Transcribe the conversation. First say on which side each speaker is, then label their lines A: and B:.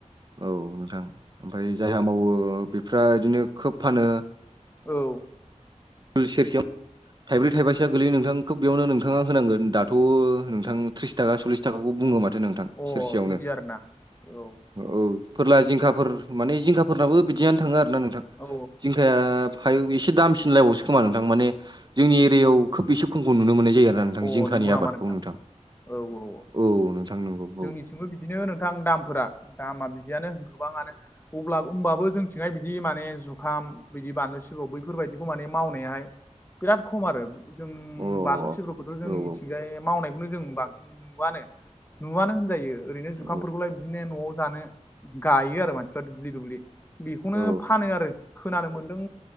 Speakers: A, on the right (about 35°); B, on the left (about 15°).
A: औ नोंथां। ओमफाय जायहा मावो बेफ्रा इदिनो खोब फानो।
B: औ
A: सुल सेरसेयाव थाइब्रै थाइबासेया गोलैयो नोंथां। खौ बेयावनो नोंथांङा होनांगोन दाथ' नोंथां त्रिस थाखा सल्लिस थाखाखौ बुयो माथो नों थां
B: औ
A: सेरसेयावनो
B: अ बिदि आरोना औ
A: औ फोरला जिंखाफोर माने जिंखाफोरनाबो बिदियानो थाङो आरोना नोंथां
B: औ
A: जिंखाया फाय एसे दामसिनलायबावसो। खोमा नोंथां माने जोंनि एरियायाव खोब एसे खमखौ नुनो मोननाय जायो आरोनि नोंथां
B: अ
A: जिंखानि
B: नंगौ नामा
A: आबादखौ नोंथां।
B: औ औ औ
A: औ नोंथां नंगौ औ।
B: जोंनिथिंबो बिदिनो नोंथां दामफोरा दामा बिदियानो गोबाङानो। अब्ला होमबाबो जोंथिंहाय बिदि माने जुखाम बिदि बानलु सिब्र बैफोरबायदिखौ माने मावनायाहाय बिराद खम आरो जों
A: औ अ
B: बानलु सिब्रखौथ' जोंनिथिंजाय
A: औ
B: मावनाय बेखौनो जों बांसिन नुवानो नुवानो होनजायो ओरैनो जुखामफोरखौलाय
A: औ
B: बिदिनो न'आव जानो गायो आरो मानसिफ्रा दुब्लि दुब्लि बेखौनो
A: औ
B: फानो आरो खोनानो मोनदों